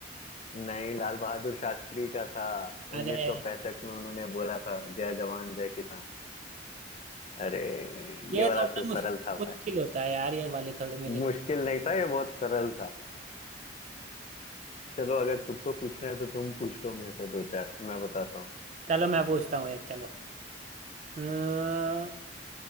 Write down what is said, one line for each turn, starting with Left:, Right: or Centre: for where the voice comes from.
Left: नहीं लाल बहादुर शास्त्री का था
Right: अरे
Left: 1965 में उन्होंने बोला था जय जवान जय किसान अरे
Right: ये
Left: ये वाला
Right: थोड़ा
Left: तो सरल
Right: मुश्किल
Left: था
Right: मुश्किल
Left: भाई
Right: होता है यार ये वाले थोड़े मेरे लिए
Left: मुश्किल नहीं था ये बहुत सरल था चलो अगर तुमको पूछना है तो तुम पूछ लो मेरे से दो चार मैं बताता हूँ
Right: चलो मैं पूछता हूँ एक चलो अम्म,